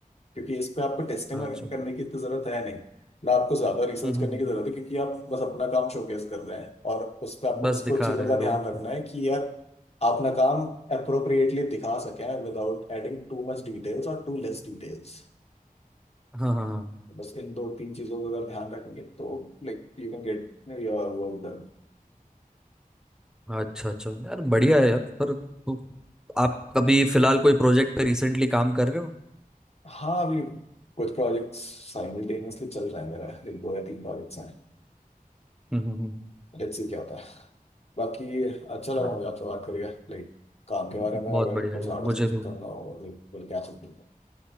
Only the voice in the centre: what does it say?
अच्छा
हम्म
हम्म हम्म,
बस
दिखा
रहे हैं
लोगों
को
हाँ हाँ
हाँ अच्छा अच्छा यार बढ़िया है यार पर तो आप कभी फिलहाल कोई प्रोजेक्ट पे रिसेंटली काम कर रहे हो
हम्म हम्म
हम्म,
बहुत
बढ़िया
यार
मुझे भी